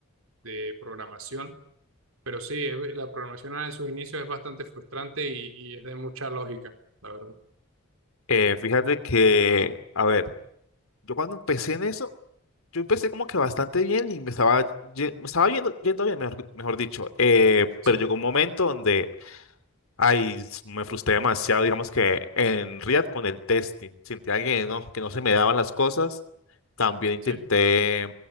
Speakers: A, on the right (about 75°); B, on the left (about 75°).
A: de programación, pero sí, es- la programación en sus inicios es bastante frustrante y, y es de mucha lógica, la verdad.
B: Eh, fíjate que, a ver, yo cuando empecé en eso Yo empecé como que bastante bien y me estaba, ye- me estaba yendo, yendo bien, mejor, mejor dicho. Eh,
A: Sí,
B: pero llegó un momento donde, ay, s- me frustré demasiado, digamos que en React con el testing. Sentía que no, que no se me daban las cosas. También intenté
A: sí,